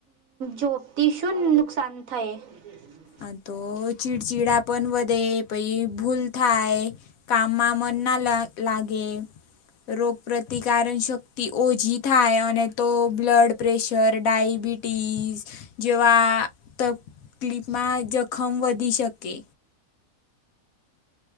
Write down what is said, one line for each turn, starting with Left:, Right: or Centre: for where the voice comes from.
Right: જોપથી શું નુકસાન થાય. <inaudible>
Left: આ તો ચીડચીડા પણ વધે પહી ભૂલ થાય કામમાં મન ના લા લાગે રોગપ્રતિકારક શક્તિ ઓઝી થાય અને તો બ્લડ પ્રેશર ડાઈબિટ ટીઝ જેવા તકલીપમાં જખમ વધી શકે.